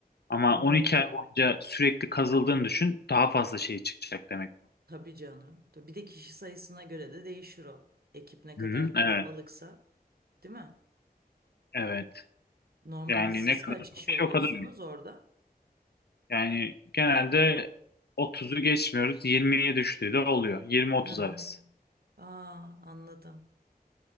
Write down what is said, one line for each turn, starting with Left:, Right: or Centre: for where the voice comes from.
Left: Ama
Right: Hı.
Left: 12 ay boyunca sürekli kazıldığını düşün. Daha fazla şey çıkacak demek.
Right: Tabii canım. Tabii, Bir de kişi sayısına göre de değişir o. Ekip ne kadar
Left: Hı-hı,
Right: kalabalıksa,
Left: evet,
Right: değil mi?
Left: evet.
Right: Normalde
Left: Yani
Right: siz
Left: ne kadar
Right: kaç kişi
Left: çok şey
Right: oluyorsunuz
Left: o kadar.
Right: orada?
Left: Yani genelde 30'u geçmiyoruz. 20'ye düştüğü de oluyor. 20-30
Right: Hı hı.
Left: arası.
Right: Aa, anladım.